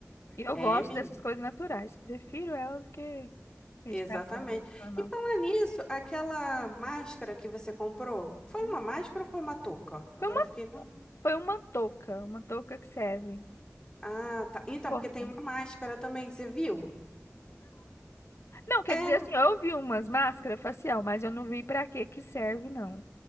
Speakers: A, on the left; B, on the left.
A: E eu
B: É,
A: gosto
B: menina,
A: dessas coisas naturais. Prefiro ela do que medicação
B: exatamente.
A: mesmo, normal.
B: E falar nisso, aquela máscara que você comprou, foi
A: Hum.
B: uma máscara ou foi uma touca? Agora
A: Foi uma,
B: eu fiquei na...
A: foi uma touca, uma touca que serve.
B: Ah, tá. Então,
A: Como
B: porque tem
A: não?
B: uma máscara também, você viu?
A: Não, quer
B: É,
A: dizer assim, eu vi umas máscaras facial, mas eu não vi para que que serve, não.